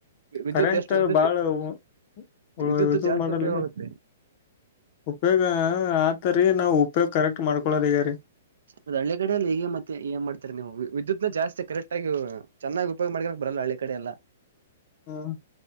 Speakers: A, on the right; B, on the left.
A: ವಿದ್ಯುತ್
B: ಕರೆಂಟ್
A: ಎಷ್ಟು ವಿದ್ಯುತ್
B: ಬಾಳ ಉ ಉಳು
A: ವಿದ್ಯುತ್
B: ಇದು
A: ಜಾಸ್ತಿ
B: ಮಾಡಲ್ಲ
A: ಉಪಯೋಗ ಆಗುತ್ತೆ
B: ಉಪಯೋಗ ಆಗತರಿ ನಾವು <unintelligible> ಕರೆಕ್ಟ್ ಮಾಡ್ಕೊಳ್ಳೋದು ಆಗೆದರಿ
A: ಮತ್ತೇ ಹಳ್ಳಿ ಕಡೆ ಎಲ್ಲ ಹೀಗೆ ಮತ್ತೆ ಏನ್ ಮಾಡ್ತೀರಿ ನೀವು ವಿ ವಿದ್ಯುತ್ ನಾ ಜಾಸ್ತಿ ಕರೆಕ್ಟ್ ಆಗಿ ಚೆನ್ನಾಗಿ ಉಪಯೋಗ ಮಾಡ್ಕೋಣಕೆ ಬರಲ್ಲ ಹಳ್ಳಿ ಕಡೆ ಎಲ್ಲ
B: ಹ್ಮ್